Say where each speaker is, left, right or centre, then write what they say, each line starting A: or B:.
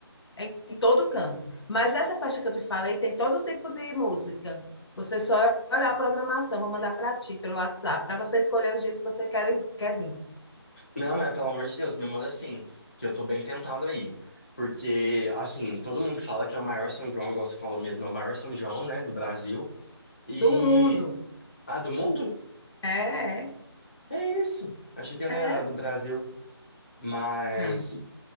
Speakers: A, on the left (about 80°); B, on the left (about 30°).
A: É em todo canto. Mas nessa festa que eu te falei, tem todo tipo de música. Você só olhar a programação, vou mandar para ti pelo WhatsApp, para você escolher os dias que você quer, quer vir.
B: Não, mas pelo amor de Deus, me manda sim que eu tô bem tentado aí. Porque, assim, todo mundo fala que é o maior São João, igual você falou mesmo, é o maior São João, né, do Brasil. E.
A: Do mundo.
B: Ah, do mundo?
A: É, é,
B: É isso. Achei que era
A: é.
B: do Brasil. Mas.
A: Não.